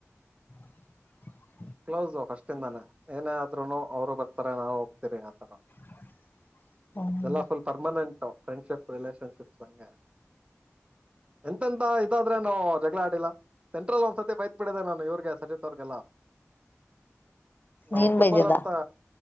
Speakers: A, on the left; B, on the right.
A: <inaudible>
B: ಕ್ಲೋಸ ಫಸ್ಟಿಂದಾನೇ ಏನೇ ಆದ್ರುನು ಅವರು ಬರ್ತಾರೆ ನಾವು ಹೋಗ್ತಿೀರಿ ಆಥವಾ
A: <inaudible> ಹ್ಮ್
B: ಇದೆಲ್ಲ ಫುಲ್ ಪರ್ಮನೆಂಟ್. ಫ್ರೆಂಡ್ಶಿಪ್ ರಿಲೇಷನ್ಶಿಪ್ ಹಗೆ ಎಂತೆಂತ ಇದಾದ್ರೆ ನಾವು ಜ... ಆಡಿಲ್ಲ ಸೆಂಟ್ರಲ್ ಒಂದ್ಸತಿ ಬೈತ್ ಬಿಡಿದೆ ನಾನು ಇವ್ರಗೆ ಸಜತ್ ಅವ್ರಗೆಲ್ಲ... ನಾವು
A: ನೀನ್
B: ಫುಟ್ಬಾಲ್
A: ಬೈದ್ಯದ
B: ಆಡ್ತಾ